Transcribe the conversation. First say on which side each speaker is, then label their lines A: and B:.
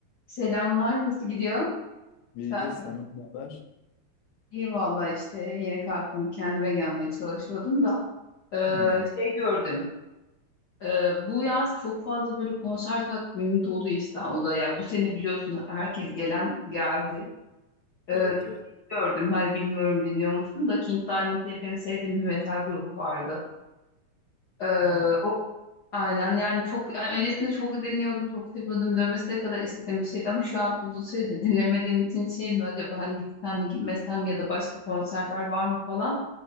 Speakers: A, on the left; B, on the left.
A: Selamlar, nasıl gidiyor?
B: İyidir,
A: Sen-
B: senden ne haber?
A: İyi valla işte yeni kalktım, kendime gelmeye çalışıyordum da eee,
B: Günaydın.
A: şey gördüm. Eee, bu yaz çok fazla böyle konser takvimi dolu İstanbul'da. Ya bu sene biliyorsun herkes gelen geldi. Eee,
B: Evet evet.
A: gördüm, hani bilmiyorum dinliyor musun da King Diamond diye benim sevdiğim bir metal grubu vardı. Eee,
B: Ha
A: Aynen yani çok yani öncesinde çok dinliyordum çok seviyordum dövmesine kadar istediğim bir şeydi ama şu an uzun süredir dinlemediğim için şey mi acaba hani gitsem mi gitmesem mi ya da başka konserler var mı falan